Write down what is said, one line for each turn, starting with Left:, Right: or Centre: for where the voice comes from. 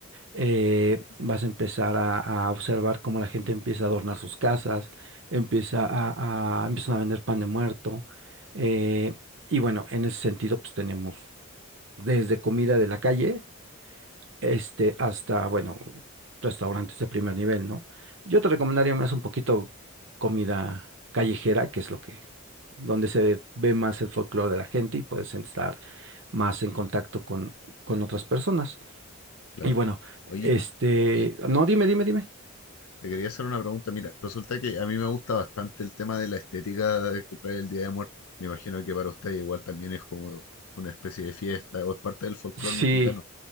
Right: Eh, vas a empezar a, a observar cómo la gente empieza a adornar sus casas, empieza a, a- empiezan a vender pan de muerto. eh, y bueno, en ese sentido, pues tenemos desde comida de la calle, este, hasta, bueno, restaurantes de primer nivel, ¿no? Yo te recomendaría
Left: claro,
Right: más un poquito comida callejera, que es lo que, donde se ve más el folclore de la gente y puedes estar más en contacto con, con otras personas.
Left: claro.
Right: Y bueno,
Left: Oye,
Right: este,
Left: eh,
Right: no, dime, dime, dime.
Left: te quería hacer una pregunta. Mira, resulta que a mí me gusta bastante el tema de la estética que trae el Día de Muertos. Me imagino que para usted igual también es como una especie de fiesta o es parte del folclore
Right: Sí,
Left: mexicano.